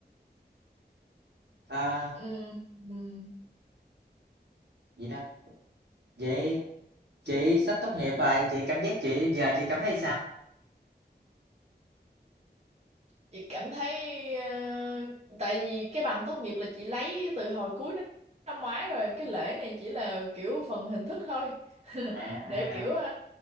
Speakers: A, on the right (about 70°); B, on the right (about 40°).
A: Ờ,
B: Ừm, ừm.
A: vậy đó, vậy chị sắp tốt nghiệp rồi, chị cảm giác chị giờ chị cảm thấy sao?
B: chị cảm thấy ờ, tại vì cái bằng tốt nghiệp là chị lấy từ hồi cuối năm năm ngoái rồi cái lễ này chỉ là kiểu phần hình thức thôi <laughs>
A: À,
B: để kiểu ờ,